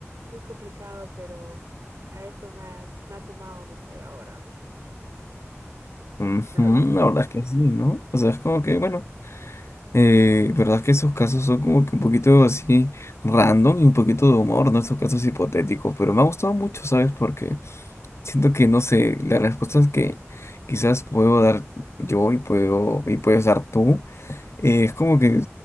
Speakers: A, on the right (about 80°); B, on the left (about 60°).
A: muy complicado, pero a eso me ha, me ha tomado donde estoy ahora.
B: Ujú,
A: Pero bueno,
B: la verdad es que sí, ¿no? O sea, es como que, bueno, eh, verdad es que esos casos son como que un poquito así random y un poquito de humor, ¿no? Estos casos hipotéticos, pero me ha gustado mucho, ¿sabes? Porque siento que, no sé, las respuestas que quizás puedo dar yo y puedo y puedes dar tú. eh, es como que